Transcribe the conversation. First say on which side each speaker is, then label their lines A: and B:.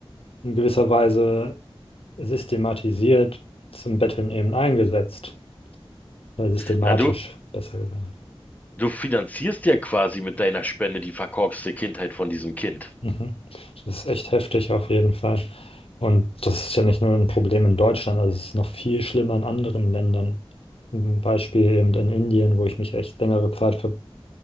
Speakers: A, on the left; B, on the left.
A: in gewisser Weise systematisiert zum Betteln eben eingesetzt. Oder systematisch,
B: na du,
A: besser gesagt.
B: du finanzierst ja quasi mit deiner Spende die verkorkste Kindheit von diesem Kind.
A: Mhm. Das ist echt heftig auf jeden Fall. Und das ist ja nicht nur ein Problem in Deutschland, also es ist noch viel schlimmer in anderen Ländern. Ein Beispiel eben in Indien, wo ich mich echt längere Zeit ver-